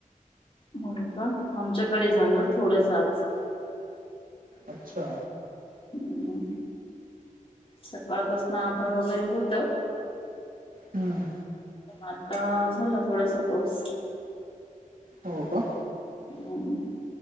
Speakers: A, on the left; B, on the right.
A: हो का आमच्याकडे झालं थोडस आज
B: अच्छा
A: हम् सकाळपासून आभाळ वगैरे होतं
B: हम्म
A: आता झाला थोडासा पाऊस
B: हो का
A: हम